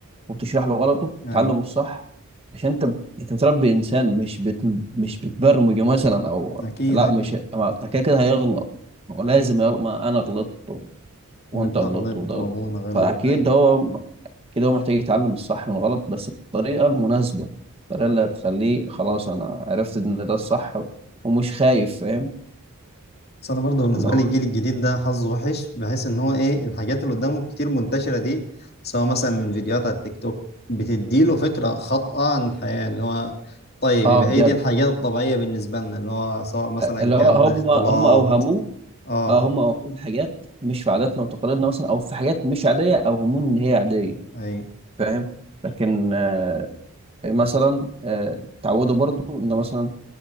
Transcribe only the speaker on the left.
أيوة
أكيد
أيوة
وأنت
غلطت
وأبونا
غلط
أيوة
بس أنا برضه بالنسبة
لي الجيل الجديد ده حظه وحش بحيث إن هو إيه الحاجات اللي قدامه كتير منتشرة دي سواء مثلا من فيديوهات على التيك توك بتديله فكرة خاطئة عن الحياة اللي هو طيب
يبقى
هي دي الحاجات الطبيعية بالنسبة لنا اللي هو سواء مثلا
كان
اختلاط
اه
ايوه